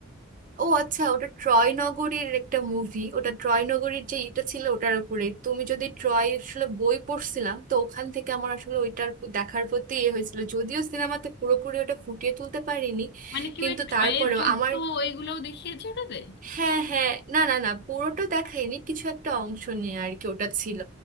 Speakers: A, on the right (about 40°); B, on the left (about 55°).
A: ও আচ্ছা ওটা ট্রয় নগরীর একটা মুভি ওটা ট্রয় নগরীর যে এটা ছিল ওটার উপরে তুমি যদি ট্রয় আসলে বই পড়ছিলাম তো ওখান থেকে আমার আসলে ওইটার প- দেখার প্রতি ইয়ে হয়েছিল যদিও সিনেমাতে পুরোপুরি ওটা ফুটিয়ে তুলতে পারিনি
B: মানে কি
A: কিন্তু
B: ওই ট্রয়ের
A: তারপরেও
B: যুদ্ধ
A: আমার
B: ওইগুলোও দেখিয়েছে ওটাতে
A: হ্যাঁ হ্যাঁ না না না পুরোটা দেখাইনি কিছু একটা অংশ নিয়ে আর কি ওটা ছিল